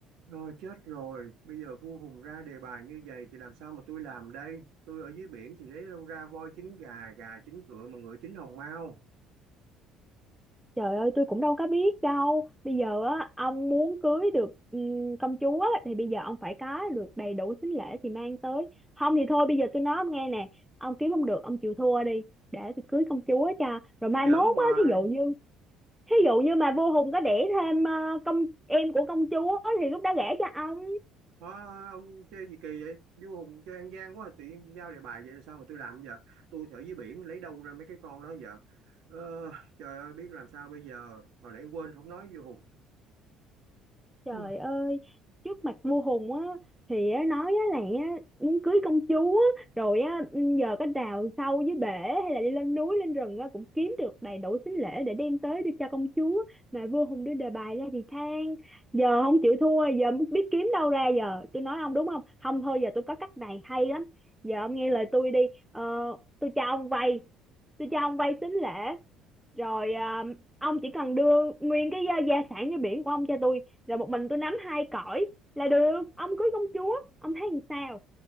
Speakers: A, on the right (about 75°); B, in the centre.
A: Rồi chết rồi, bây giờ vua Hùng ra đề bài như vậy thì làm sao mà tôi làm đây? Tôi ở dưới biển thì lấy đâu ra voi chín gà, gà chín cựa mà ngựa chín hồng mao.
B: Trời ơi tôi cũng đâu có biết đâu Bây giờ á ông muốn cưới được ừm, công chúa á, Thì bây giờ ông phải có được đầy đủ sính lễ thì mang tới Không thì thôi bây giờ tôi nói ông nghe nè Ông kiếm không được ông chịu thua đi Để tôi cưới công chúa cho Rồi mai
A: Giỡn
B: mốt
A: hoài,
B: á thí dụ như Thí dụ như mà vô Hùng có đẻ thêm ờ, công em của công chúa Thì lúc đó gả cho ông
A: Hả, ông chơi gì kỳ vậy? Vua Hùng chơi ăn gian quá, tự nhiên giao đề bài vậy là sao mà tôi làm giờ? Tôi thì ở dưới biển lấy đâu ra mấy cái con đó giờ? Ờ, trời ơi, biết làm sao bây giờ, hồi nãy quên không nói vua Hùng.
B: Trời
A: Ừ.
B: ơi, trước mặt vua hùng á thì á, nói á là á, muốn cưới công chúa á, rồi á giờ có đào sâu dưới bể hay là đi lên núi lên rừng á cũng kiếm được đầy đủ sính lễ để đem tới đưa cho công chúa mà vua hùng đưa đề bài ra thì than giờ không chịu thua giờ biết kiếm đâu ra giờ tôi nói ông đúng không không thôi giờ tôi có cách này hay lắm giờ ông nghe lời tôi đi ờ, tôi cho ông vay tôi cho ông vay sính lễ rồi à, ông chỉ cần đưa nguyên cái gia, gia sản như biển của ông cho tôi rồi một mình tôi nắm hai cõi là được ông cưới công chúa ông thấy làm sao